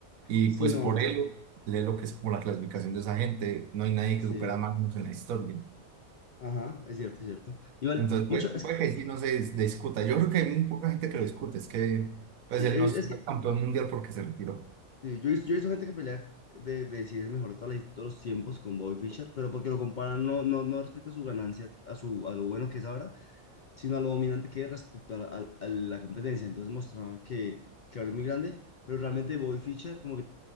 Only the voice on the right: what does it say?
Y
pues
por ello, lee lo que es como la clasificación de esa gente. No hay nadie
que supera a Magnus en la historia.
Entonces,
pues,
puede que sí no se dis- discuta. Yo creo que hay muy poca gente que lo discute. Es que pues
él
no es
campeón mundial porque se retiró.